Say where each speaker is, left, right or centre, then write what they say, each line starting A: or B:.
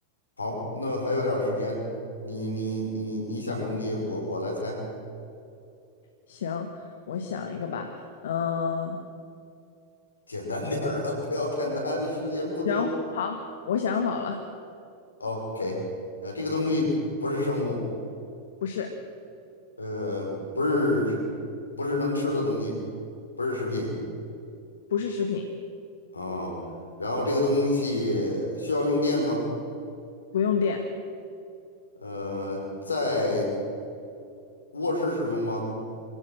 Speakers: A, on the left (about 75°); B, on the left (about 60°).
A: 好，那还有点儿时间，你你你你想东西，我我来猜，
B: 行，我想一个吧，嗯，
A: 简单点儿的，不要太难，时间不多。
B: 行，好，我想好了，
A: OK，呃，这个东西不是生物。
B: 不是。
A: 呃，不是不是能吃的东西，不是食品
B: 不是食品，
A: 啊。然后这个东西需要用电吗？
B: 不用电，
A: 呃，在卧室使用吗？